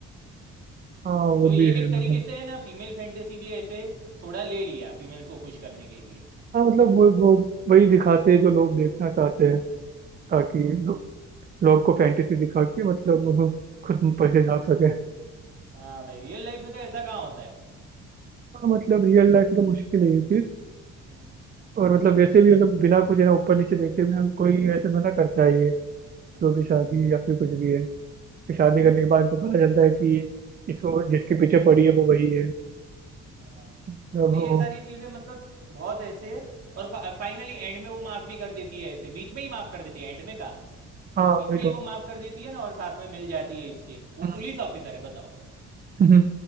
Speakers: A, on the right (about 30°); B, on the right (about 55°).
A: हाँ वो
B: तो ये
A: भी
B: एक
A: है मतलब
B: तरीके से है ना फीमेल फैंटेसी भी ऐसे थोड़ा ले लिया फीमेल्स को खुश करने के लिए
A: हाँ मतलब वो वो वही दिखाते हैं जो लोग देखना चाहते हैं ताकि लो, लोग को फैंटेसी दिखा के मतलब वो खुद पैसे छाप सके
B: हाँ भाई रियल लाइफ में तो ऐसा कहाँ होता है
A: हाँ मतलब रियल लाइफ में तो मुश्किल है ये चीज
B: हम्म,
A: और मतलब वैसे भी मतलब बिना कुछ है ना ऊपर नीचे देखे बिना कोई ऐसे थोड़ा ना करता है ये जो
B: हम्म,
A: कि शादी या फिर कुछ भी है फिर शादी करने के बाद उनको पता चलता है कि इसको जिसके पीछे पड़ी है वो वही है
B: हाँ
A: मतलब
B: तो ये
A: वो
B: सारी चीज़ें मतलब बहुत ऐसे और फा, फाइनली एंड में वो माफ़ भी कर देती है ऐसे बीच में ही माफ़ कर देती है एंड में कहाँ
A: हाँ
B: बीच
A: वही
B: में ही
A: तो
B: वो माफ कर देती है ना और साथ में मिल जाती है इसके वो
A: हम्म,
B: पुलिस ऑफिसर है बताओ
A: हम्म।